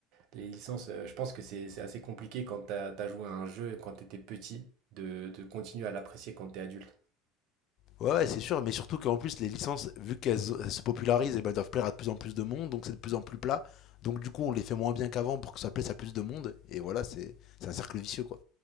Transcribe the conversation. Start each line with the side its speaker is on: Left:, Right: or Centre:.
Right: les licences, euh, je pense que c'est c'est assez compliqué quand t'as, t'as joué à un jeu quand t'étais petit de, de continuer à l'apprécier quand t'es adulte.
Left: Ouais, ouais, c'est sûr, mais surtout qu'en plus, les licences, vu qu'elles elles se popularisent, eh ben, elles doivent plaire à de plus en plus de monde, donc c'est de plus en plus plat. Donc du coup, on les fait moins bien qu'avant pour que ça plaise à plus de monde, et voilà, c'est c'est un cercle vicieux, quoi.